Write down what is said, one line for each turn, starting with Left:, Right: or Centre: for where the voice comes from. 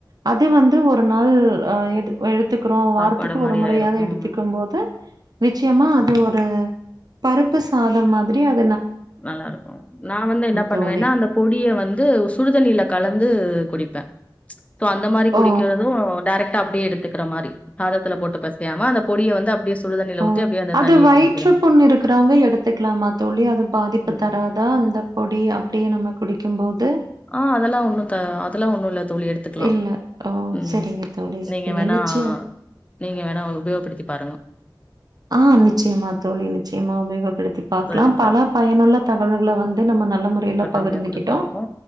Right: அது வந் து ஒரு நாள் அ எடு எடுத் துக்றோ வாரத்துக்கு
Left: சாப்பாடு மாரி
Right: ஒரு முறையாவது
Left: ஆயிரும். ம்.
Right: எடுத்துக்கும் போது நிச்சயமா அது ஒரு பருப்பு சாதம் மாதிரி அத்
Left: நல்லாருக்கு நா வந்து என்ன பண்ணுவேனா
Right: தோழி.
Left: அந்த பொடிய வந்து சுடுதண்ணீல கலந்து குடிப்பே ச் சோ அந்த மாரி குடிக்கிறது
Right: ஓ!
Left: டேரக்டா அப்டியே எடுத்துக்குற மாரி சாதத்துல போட்டு பெசையாம அந்த பொடிய வந்து அப்டியே சுடுதண்ணில
Right: ஓ
Left: ஊத்தி அப்டியே அந்த
Right: அது
Left: தண்ணிய
Right: வயிற்று
Left: குடிக்கிற மாரி
Right: புண்ணு இருக்குறவங்க எடுத்துக்கலாமா தோழி அது பாதிப்பு
Left: கண்டிப்பா
Right: தராதா அந்த பொடி அப்படியே நமக்கு குடிக்கும்போது
Left: ஆஹ் அதெல்லா ஒண்ணு த அதெல்லா ஒண்ணு இல்ல தோழி எடுத்துக்கலா
Right: இல்ல. ஓ!
Left: உம்
Right: சரிங்க தோழி, சரிங்க.
Left: நீங்க வேணா
Right: நிச்சயம்
Left: நீங்க வேணா உபயோகப்படுத்தி பாருங்க
Right: ஆ நிச்சயமா தோழி நிச்சயமா <unintelligible> எடுத்தி பார்க்கலாம்
Left: சரி
Right: பல
Left: தோழி
Right: பயனுள்ள தகவல்கள வந்து நம்ம நல் ல முறைல
Left: உடனடியா
Right: பகிர்ந்துக்கிட்டோ
Left: குடுத்துருக்கோ